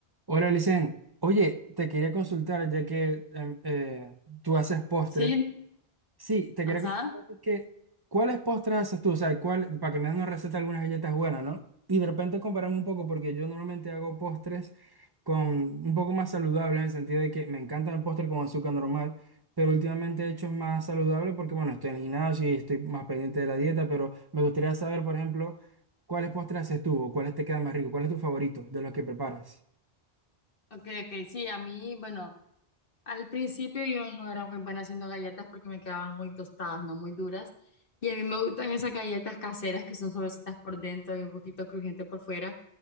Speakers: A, on the right; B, on the left.
A: Hola, Licen. Oye, te quería consultar, ya que em, eh, tú haces postres.
B: Sí,
A: Sí, te quería
B: ajá.
A: consultar es que, ¿cuáles postres haces tú? O sea, ¿cuál, para que me des una receta de algunas galletas buenas, ¿no? Y de repente comparamos un poco, porque yo normalmente hago postres con un poco más saludables, en el sentido de que me encanta el postre con azúcar normal, pero últimamente he hecho más saludable porque, bueno, estoy en el gimnasio y estoy más pendiente de la dieta, pero me gustaría saber, por ejemplo, ¿cuáles postres haces tú o cuáles te quedan más ricos? ¿Cuál es tu favorito de los que preparas?
B: Ok, ok, sí, a mí, bueno, al principio yo no era muy buena haciendo galletas porque me quedaban muy tostadas, no muy duras. Y a mí me gustan esas galletas caseras que son suavecitas por dentro y un poquito crujiente por fuera.